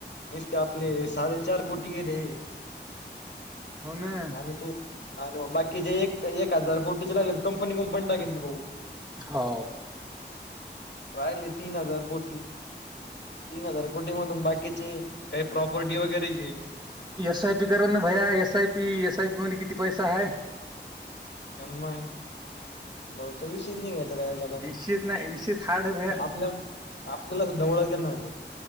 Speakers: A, on the left; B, on the right.
A: नसते आपले साडेचार कोटी गेले.
B: <inaudible>
A: आणि तू आणि मग बाकीचे एक एक हजार कोटीचे लागले तर कंपनी कुंपनी टाकेन भाऊ
B: हो
A: राहिले तीन हजार कोटी. तीन हजार कोटी मधून बाकीचे काही प्रॉपर्टी वगैरे घेईल.
B: एस आय पी कारण ना भैया S I P S I P मध्ये किती पैसा आहेा.
A: हनुमाग भाऊ त विषच नाही घ ग
B: विषयच नाही विषयच हार्ड आहे भैया
A: आपल्या, जनवळत घेणार नाही.